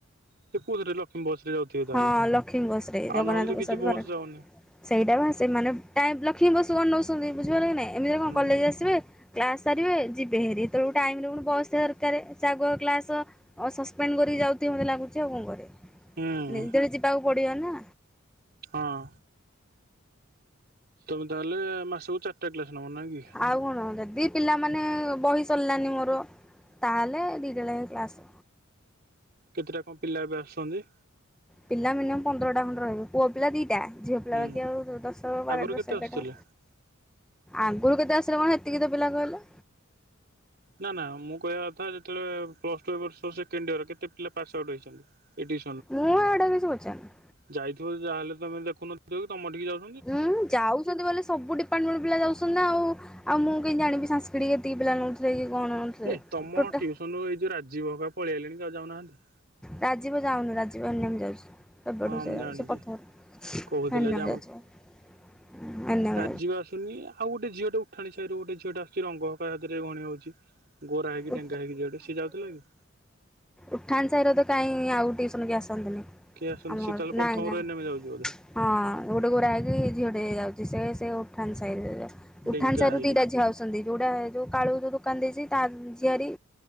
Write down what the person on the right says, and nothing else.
ସେ କୋଉଥିରେ ଲକ୍ଷ୍ମୀ ବସ ରେ ଯାଉଥିବେ ତାହେଲେ।
ଆଉ
ନହେଲେ ତ କିଛି
ବସ୍
ଯାଉନି
ହୁଁ
ହୁଁ
ହଁ। ତମେ ତାହେଲେ ମାସକୁ ଚାରିଟା କ୍ଲାସ ନବ ନାଁ କି?
କେତେଟା କଣ ପିଲା ଏବେଆସୁଛନ୍ତି।
ହୁଁ
ଆଗରୁ
କେତେ ଆସୁଥିଲେ?
ନା ନା ମୁଁ କହିବା କଥା ଯେତେବେଳେ ପ୍ଲସ ଟୁ ଏ ବର୍ଷ ସେକେଣ୍ଡ ୟଅର କେତେ ପିଲା ପାସ୍ ଆଉଟ୍ ହେଇଛନ୍ତି ହେଠି।
ଯାଇଥିବ ଯାହା ହେଲେ ତମ ଦେୁଖନଥିବ କି ତମ ଟିକି ଯାଉଥିଲେ।
ଏଇ ତମ
ଟ୍ୟୁସନ ରୁ ଏଇ ଯୋଉ ରାଜୀବ ହକା ପଳେଇ ଆଲେଣି ଆଉ ଯାଉନାହାନ୍ତି।
ହଁ
ମୁଁ
ଜାଣିଛି
କହୁଥିଲା
ଯେ
ରାଜିବ ଆସୁନି। ଆଉ ଗୋଟେ ଝିଅ ଟେ ଉଠାଣି ସାହିରୁ ଗୋଟେ ଝିଅ ଟେ ଆସୁଛି ରଙ୍ଗ। <unintelligible> ହରେ ଗଣି ହଉଛି। ଗୋରା ହୋଇକି
ଡେଙ୍ଗା ହୋଇକି ଝିଅଟେ। ସେ ଯାଉଥିଲା କି?
କିଏ ଆସନ୍ତି,
ସିଏ
ତାହେଲେ
ପ୍ରଥମରୁ
ଏନ୍ ଏମ୍ ଯାଉଚି ବୋ
ଡେଙ୍ଗା
ହେଇକି